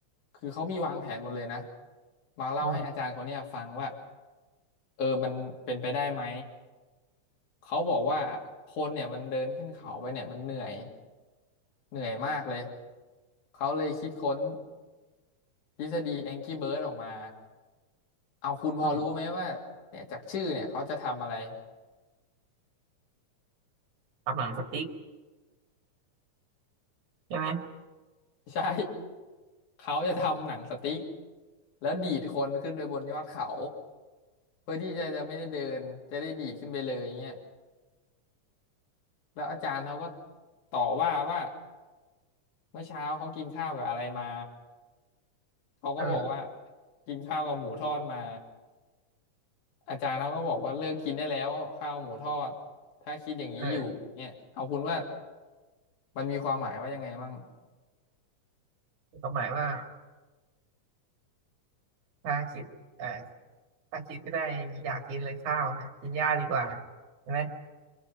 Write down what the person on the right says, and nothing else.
อืม
อืมตำหนังสติ๊กใช่ไหม
เออ
เออ
ความหมายว่าถ้าคิดเออถ้าคิดก็ได้อยากกินเลยข้าวนะกินหญ้าดีกว่าใช่ไหม